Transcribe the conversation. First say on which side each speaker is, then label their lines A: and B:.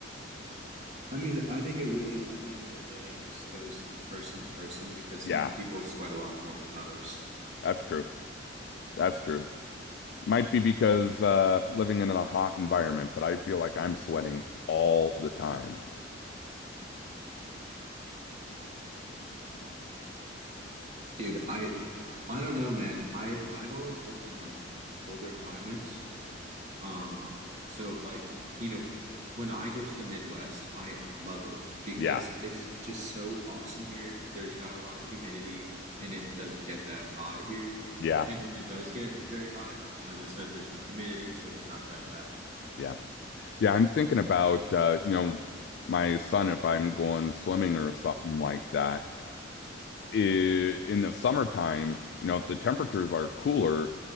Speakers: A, on the right; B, on the left.
A: I mean, I think it really, at the end of the day, it just goes to person to person because
B: Yeah,
A: some people sweat a lot more than others.
B: that's true. That's true. Might be because uh, living in a hot environment, but I feel like I'm sweating all the time.
A: Dude, I I don't know, man. I I've always lived in like colder climates. Um, so like, you know, when I go to the Midwest, I love it because
B: Yeah,
A: it's just so awesome here. There's not a lot of humidity and it doesn't get that hot here.
B: yeah,
A: And when it does get very hot, as I said, there's no humidity, so it's not that bad.
B: yeah, yeah. I'm thinking about uh, you know, my son if I'm going swimming or something like that. I in the summertime, you know, if the temperatures are cooler,